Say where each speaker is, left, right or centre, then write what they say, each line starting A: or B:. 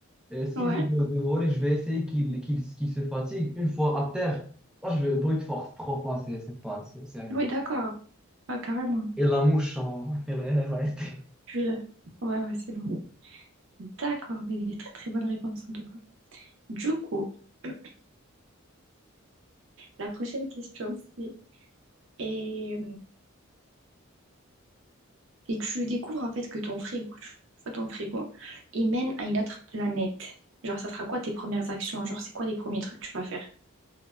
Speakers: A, in the centre; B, on the right.
A: Euh, s'il
B: Ouais,
A: essaie de, de voler, je vais essayer qu'il qu'il qu'il se fatigue. Une fois à terre, moi je vais brute force trois fois, c'est c'est pas, c'est c'est rien.
B: oui, d'accord. Ouais, carrément.
A: Et la mouche, en- <laughs> elle, elle reste.
B: Tu l'as. Ouais, ouais, c'est bon. D'accord, mais il est très très bonne réponse en tout cas. Du coup, <clears throat> la prochaine question, c'est... Et... et tu découvres en fait que ton frigo, tu vois, ton frigo, il mène à une autre planète. Genre, ça sera quoi tes premières actions? Genre, c'est quoi les premiers trucs que tu vas faire?